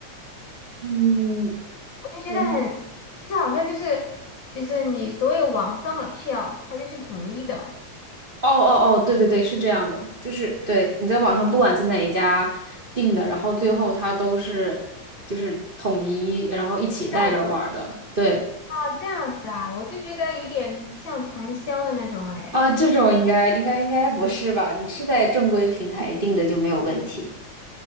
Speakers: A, on the right; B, on the left.
A: 嗯，
B: 我就觉得很，
A: 嗯，
B: 就是好像就是就是你所有网上的票，它就是统一的。
A: 哦哦哦，对对对，是这样的，就是对你在网上不管在哪一家订的，然后最后它都是就是统一，然后一起带着玩儿的。
B: 这样。
A: 对
B: 哦，这样子啊，我就觉得有点像传销的那种哎，
A: 啊，这种应该应该应该不是吧？你是在正规平台订的就没有问题。